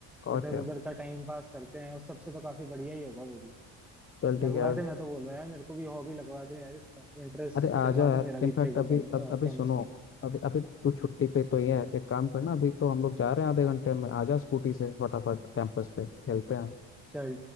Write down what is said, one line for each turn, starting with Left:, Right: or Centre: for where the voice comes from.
Left: और
Centre: इधर
Left: क्या
Centre: उधर का टाइम पास करते हैं उस सबसे तो काफी बढ़िया ही होगा वो भी
Left: चल ठीक
Centre: लगवा
Left: है यार
Centre: दे मैं तो बोल रहा यार मेरे को भी हॉबी लगवा दे यार इसका इंटरेस्ट
Left: अरे आजा
Centre: जगवा
Left: यार
Centre: दे मेरा भी
Left: इनफैक्ट
Centre: टेबल
Left: अभी
Centre: टेनिस
Left: अब अभी
Centre: टेनिस
Left: सुनो
Centre: में ही।
Left: अभी अभी तू छुट्टी पे तो ये है एक काम करना अभी तो हम लोग जा रहे हैं आधे घंटे में आजा स्कूटी से फटाफट कैंपस पे खेलते हैं
Centre: चल